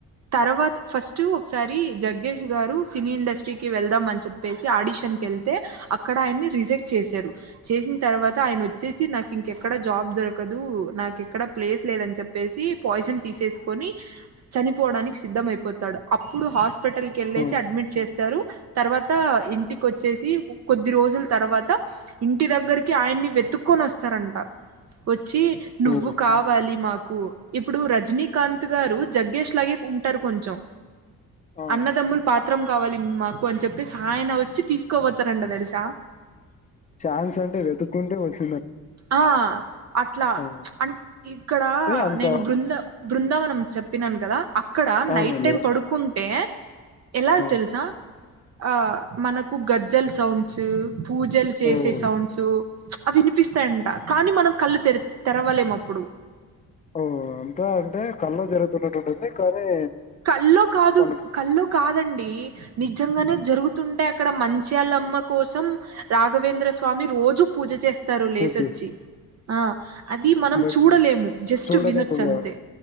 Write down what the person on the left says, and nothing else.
ఓ
ఓ
ఆ
ఛాన్స్ అంటే వెతుక్కుంటే వస్
ఆ
అంటే అంత
అవునండి
ఆ
ఓ
ఓ అంతా అంటే కళ్ళ జరుగుతున్నట్టు ఉంటుంది కానీ
మనకు
పూచు
బట్
చూడలేకపో